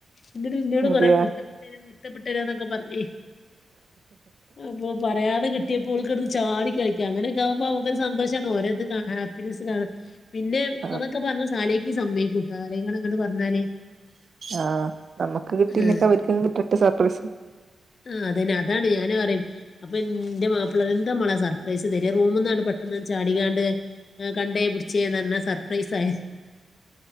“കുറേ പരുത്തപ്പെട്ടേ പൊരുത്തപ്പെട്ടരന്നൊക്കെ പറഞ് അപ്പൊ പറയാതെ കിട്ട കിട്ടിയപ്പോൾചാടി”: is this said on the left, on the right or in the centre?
Left